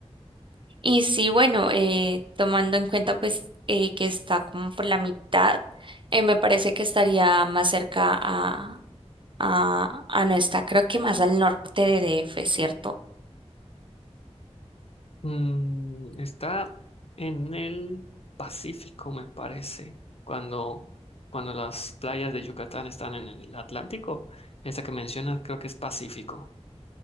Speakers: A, on the right; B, on the left.
A: Y sí, bueno, eh, tomando en cuenta pues eh, que está como por la mitad, eh, me parece que estaría más cerca a, a, a no está, creo que más al norte de DF, ¿cierto?
B: Mm, está en el Pacífico, me parece. Cuando, cuando las playas de Yucatán están en el Atlántico, esa que mencionas creo que es Pacífico.